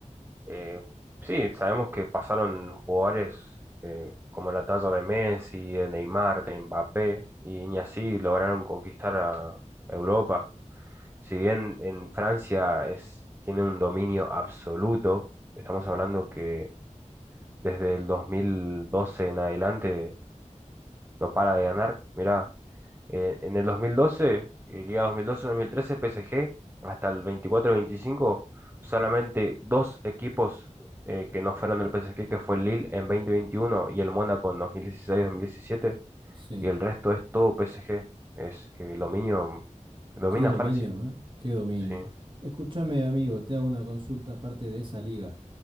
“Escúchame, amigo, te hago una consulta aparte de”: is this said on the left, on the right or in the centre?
Right